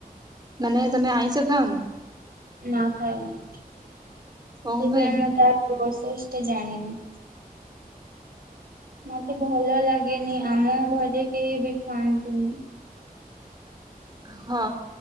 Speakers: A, on the right (about 25°); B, on the right (about 75°).
A: ମାନେ ତମେ ଆଇଁଷ ଖାଅନି।
B: ନା ଖାଏନା ସେଥିପାଇଁ
A: କଣ ପାଇଁ
B: ମୁଁ ତ ପ୍ରୋସେସ ଟା ଜାଣିନି। ମତେ ଭଲ ଲାଗେନି ଆମ ଘରେ କେହି ବି ଖାଆନ୍ତିନି।
A: ହଁ